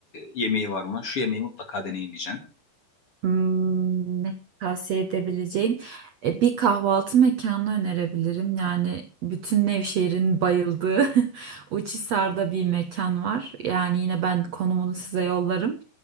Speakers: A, on the left; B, on the right.
A: yemeği var mı? Şu yemeği mutlaka deneyin diyeceğim.
B: Hmm, ne tavsiye edebileceğim E, bir kahvaltı mekanı önerebilirim. Yani bütün Nevşehir'in bayıldığı <laughs> Uçhisar'da bir mekan var. Yani yine ben konumunu size yollarım.